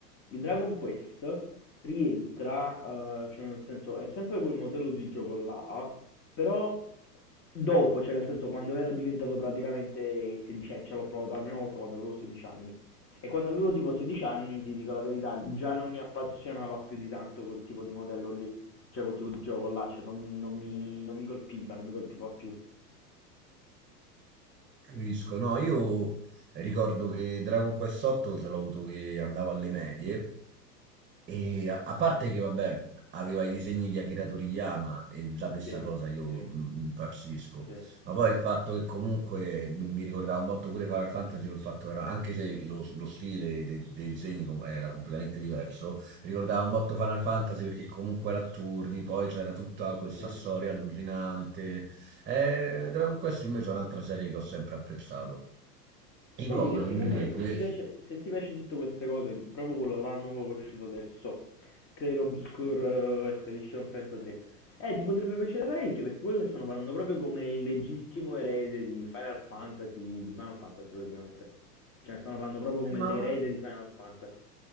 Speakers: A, on the left (about 25°); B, on the right (about 25°).
A: il Dragon Quest rientra, eh, cioè nel senso è sempre quel modello di gioco là, però dopo, cioè nel senso quando ero diventato praticamente 16 anni, ce l'ho provato la prima volta quando avevo 16 anni. E quando avevo tipo 16 anni, ti dico la verità, già non mi appassionava più di tanto quel tipo di modello lì. Cioè quel tipo di gioco là, cioè, non, non mi, non mi colpiva, non mi colpiva più.
B: Capisco, no, io ricordo che Dragon Quest 8 ce l'ho avuto che andavo alle medie e a, a parte che vabbè aveva i disegni di Akira Toriyama e già questa
A: Sì,
B: cosa io
A: sì,
B: mm, mm, impazzisco,
A: sì,
B: ma poi il fatto
A: sì,
B: che comunque mi, mi ricordava un botto pure Final Fantasy col fatto che era, anche se lo, lo stile de- dei disegni com- era completamente diverso, ricordava un botto Final Fantasy perché comunque era a turni, poi c'era tutta questa
A: sì.
B: storia allucinante. Eh, Dragon Quest invece è un'altra serie che ho sempre apprezzato. I
A: Vedi
B: poveri
A: che secondo
B: invece,
A: me se ti piace, se ti piace tutte queste cose, proprio quello là nuovo che è uscito adesso, Clair Obscure eh, Expedition 33, eh, ti potrebbe piacere parecchio perché quello stanno parlando proprio come il legittimo erede di Final Fantasy, di Final Fantasy praticamente. Cioè stanno parlando proprio come
B: ma,
A: l'erede di Final Fantasy.